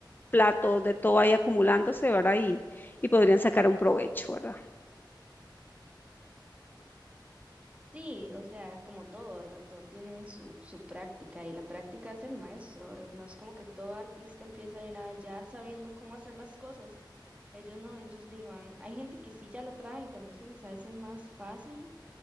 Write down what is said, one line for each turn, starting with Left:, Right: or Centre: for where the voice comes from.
Left: platos, de todo ahí acumulándose, ¿verdad? Y, y podrían sacar un provecho, ¿verdad?
Right: Sí, o sea, como todo, ¿verdad? Todo tiene su, su práctica y la práctica es el maestro, ¿verdad? No es como que todo artista empieza de nada ya sabiendo cómo hacer las cosas. Ellos no, ellos ni van. Hay gente que sí ya lo trae y tal vez se les hace más fácil,